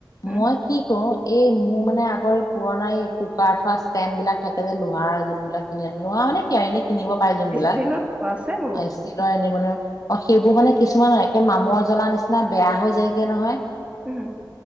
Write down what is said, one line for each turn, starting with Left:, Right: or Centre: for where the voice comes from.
Right: উম
Left: মই কি কৰো এই মোৰ মানে আগৰ পুৰণা এই কুকাৰ থোৱা ষ্টেণ্ড বিলাক থাকে যে লোহাৰ যোনবিলাক লোৱা মানে কি আও এনে কিনিব পাৰে যোনবিলাক
Right: ষ্টীলৰ আছে মোৰো
Left: ষ্টিলৰ এলুমিনিয়ামৰ অ', সেইবোৰ মানে কিছুমান একে মামৰ জ্বলা নিচিনা বেয়া হৈ যায়গে নহয়।
Right: উম।